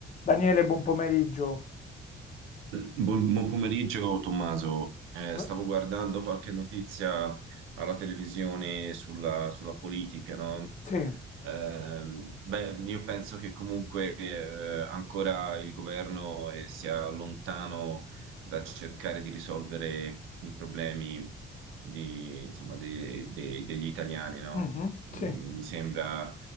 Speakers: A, on the left; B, on the right.
A: Daniele, buon pomeriggio.
B: Buon, buon pomeriggio Tommaso, Eh,
A: Come?
B: stavo guardando qualche notizia alla televisione sulla, sulla politica, no?
A: Sì,
B: Ehm, beh, io penso che comunque eh, ancora il governo eh, sia lontano dal cercare di risolvere i problemi di- insomma, de- de- degli italiani, no?
A: mhm,
B: Mm,
A: sì.
B: Mi sembra